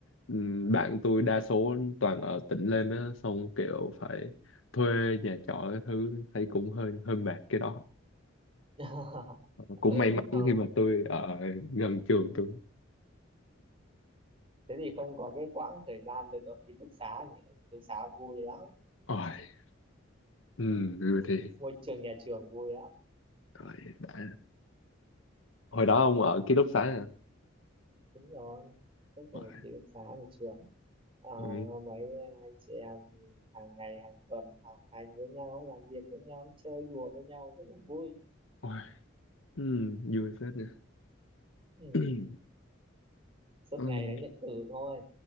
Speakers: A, on the left; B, on the right.
A: ừm, bạn tôi đa số toàn ở tỉnh lên á xong kiểu phải thuê nhà trọ cái thứ thấy cũng hơi hơi mệt cái đó
B: <laughs>
A: Ờ, cũng
B: không
A: may mắn khi mà tôi ở gần trường tôi
B: thế thì không có cái quãng thời gian được ở ký túc xá nhỉ ở ký túc xá vui lắm
A: ôi ừ, rồi thì
B: Mu- môi trường nhà trường vui lắm
A: rồi đã hồi đó
B: Ừ,
A: ông ở ký túc xá à
B: đúng rồi trước
A: ôi,
B: ở ký túc xá nhà trường à,
A: ừ,
B: mấy anh chị em hàng ngày hàng tuần học hành với nhau làm việc với nhau chơi đùa với nhau rất là vui
A: ôi, ừ, vui phết nha
B: ừ.
A: <clears throat>
B: suốt
A: ừ.
B: ngày đánh điện tử thôi